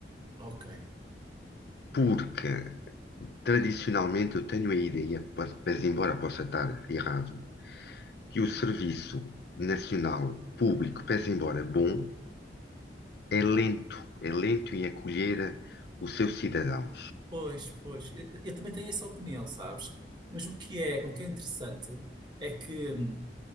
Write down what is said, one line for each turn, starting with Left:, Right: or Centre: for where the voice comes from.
Right: Ok.
Left: porque tradicionalmente eu tenho a ideia, pa- pese embora possa estar errado, que o serviço nacional público, pese embora bom, é lento, é lento em acolher o seu cidadão.
Right: Pois, pois, eu, eu também tenho essa opinião, sabes? Mas o que é, o que é interessante é que